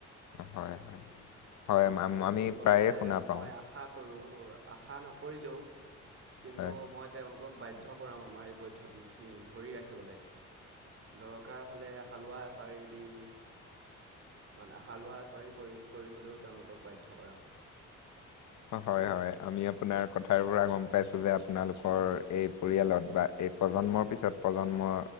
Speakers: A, on the left; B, on the right.
A: হয় হয় হয়
B: আৰু
A: আমি
B: সেইবাবে
A: প্ৰায়ে শুনা পাওঁ
B: মই আ আৰু আশা নকৰিলেও কিন্তু
A: হয়।
B: মই তেওঁলোকক বা শুদ্ধ কৰাম আমাৰ এই পদ্ধতিখিনি ধৰি ৰাখিবলৈ। দৰকাৰ হ'লে হালোৱা এচাৰিদি। মানে হালোৱা এচাৰি প্ৰয়োগ কৰি হ'লেও তেওঁলোকক বাধ্য কৰাম।
A: হয়-হয় আমি আপোনাৰ কথাৰ পৰা গম পাইছোঁ যে আপোনালোকৰ এই পৰিয়ালত বা এই প্ৰজন্মৰ পিছত প্ৰজন্ম